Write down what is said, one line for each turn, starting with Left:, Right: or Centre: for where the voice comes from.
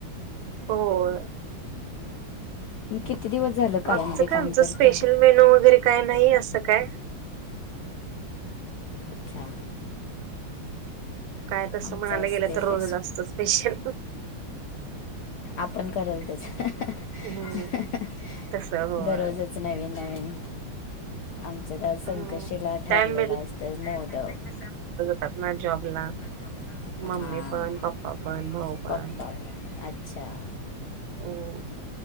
Right: होय
Left: म किती दिवस झालं कार्यामध्ये
Right: आजचं काय
Left: काम
Right: आमचं
Left: करताय
Right: स्पेशल मेनो वगैरे काय नाही असं काय.
Left: अच्छा
Right: काय तस
Left: आमचं
Right: म्हणायला
Left: असते
Right: गेलं तर रोजच
Left: ते
Right: असत स्पेशल
Left: आपण करल तस अ ह
Right: हम्म.
Left: ह
Right: तसं होय.
Left: दररोजच नवीन नवीन आमच काय संकष्टीला
Right: हम्म.
Left: ठरलेल
Right: टाइम
Left: असत मोदक.
Right: त्यात न जॉबला
Left: जॉबला
Right: मम्मी
Left: हां
Right: पण पप्पा पण भाऊ पण.
Left: पप्पा पण अच्छा
Right: हम्म